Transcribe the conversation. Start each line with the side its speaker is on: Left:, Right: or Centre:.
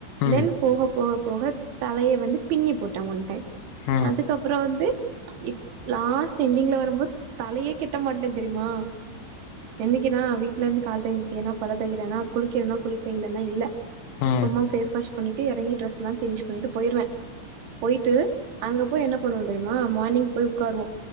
Left: ம்
Right: தென் போக போக போக தலய வந்து பின்னி போட்ட ஒன் டைம்
Left: ம்
Right: அதுக்கப்புறோ வந்து இப் லாஸ்ட் எண்டிங்ல வரும்போது தலையே கெட்ட மாட்ட தெரியுமா என்னைக் வீட்ல இருந்து <unintelligible> பல்ல தேக்கிறனா குளிக்கிறனா குளிப்பே இல்லன்னா இல்ல
Left: ம்
Right: சும்மா
Left: ம் ம்
Right: பேஸ் வாஷ் பண்ணிட்டு எறங்கி டிரெஸ் எல்லா சேஞ்ச் பண்ணிட்டு போயிருவே போயிட்டு அங்க போய் என்ன பண்ணுவோ தெரியுமா மார்னிங் போய் உக்காருவோ